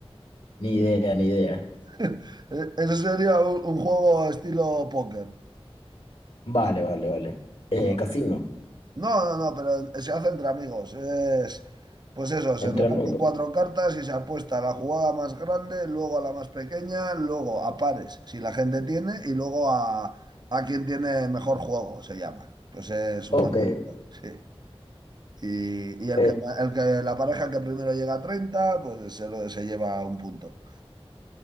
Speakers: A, on the left; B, on the right.
A: Ni idea, ni idea.
B: <laughs> E- Eso sería un un juego estilo póker.
A: Vale, vale, vale. Eh,
B: Bueno,
A: casino.
B: No, no, no, pero se hace entre amigos. Es, pues eso, se
A: Entre
B: reparten
A: amigos.
B: cuatro cartas y se apuesta a la jugada más grande, luego a la más pequeña, luego a pares, si la gente tiene, y luego a, a quien tiene mejor juego, se llama. Pues es una
A: Ok.
B: disputa, sí. Y, y el
A: eh,
B: que, ma- el que, la pareja que primero llega a 30, pues se, lo- se lleva un punto.